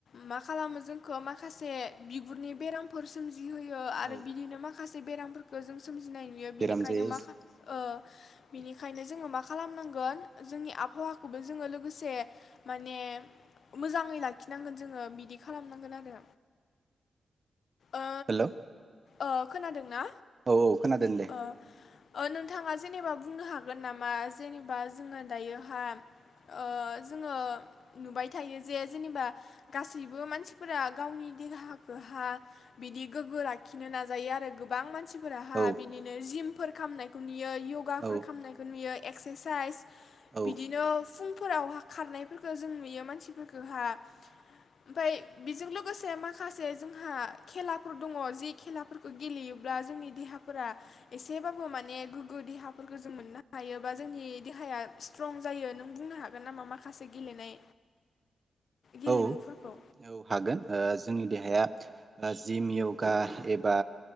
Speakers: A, on the left; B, on the right.
A: मा खालामो जोंखौ माखासे बिगुरनि बेरामफोर सो जि होयो आरो
B: औ
A: बिदिनो मा माखासे बेरामफोरखौ जों जों सोमजिनाय नुयो बिनिखायनो
B: बेराम जायो
A: माखा ओ बिनिखायनो जोङो मा खालामनांगोन जोंनि हौवाखौबो जोङो लोगोसे माने मोजाङै लाखिनांगोन जोङो बिदि खालामनांगोन आरो ओ
B: हेल' औ
A: ओ खोनादोंना
B: औ खोनादों दे
A: ओ ओ नोंथाङा जेनेबा बुंनो हागोन नामा जेनेबा जोङो दायो। हा ओ जोङो नुबाय थायो जे जेनेबा गासैबो मानसिफोरा गावनि देहाखौहा बिदि गोग्गो लाखिनो नाजायो आरो गोबां मानसि फोराहा
B: औ
A: बिदिनो जिम फोर खामनायखौ नुयो य'गाफोर
B: औ
A: खालामनायखौ नुयो एक्सारसाइज
B: औ
A: बिदिनो फुंफोरावहा खारनायफोरखौ जों नुयो मानसिफोरखौहा ओमफ्राय बेजों लोगोसे माखासे जोंहा खेलाफोर दङ जि खेलाफोरखौ गेलेयोब्ला जोंनि देहाफोरा एसेबाबो माने गोग्गो देहाफोरखौ जों मोननो हायो बा जोंनि देहाया स्ट्रं जायो नों बुंनो हागोन नामा माखासे गेलेनाय गेलेमुफोरखौ?
B: औ औ हागोन ओ जोंनि देहाया ओ जिम य'गा एबा